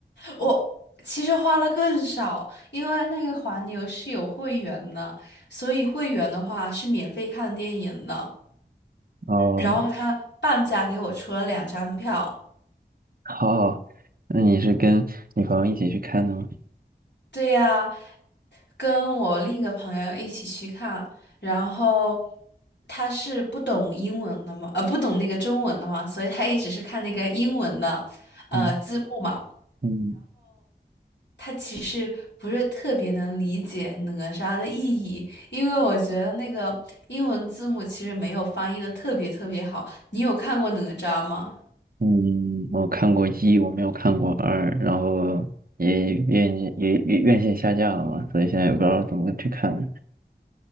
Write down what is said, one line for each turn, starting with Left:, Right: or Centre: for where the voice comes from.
Left: 我其实花了更少，因为那个黄牛是有会员的，所以会员的话是免费看电影的。
Right: 哦，
Left: 然后他半价给我出了两张票，
Right: 好，那你是跟女朋友一起去看的吗？
Left: 对呀，跟我另一个朋友一起去看，然后他是不懂英文的嘛，呃，不懂那个中文的嘛，所以他一直是看那个英文的，呃，
Right: 嗯
Left: 字幕嘛。
Right: 嗯。
Left: 他其实不是特别能理解哪吒的意义，因为我觉得那个英文字母其实没有翻译的特别特别好。你有看过哪吒吗？
Right: 嗯，我看过一，我没有看过二，然后也院线也也院线下架了嘛，所以现在也不知道怎么去看了。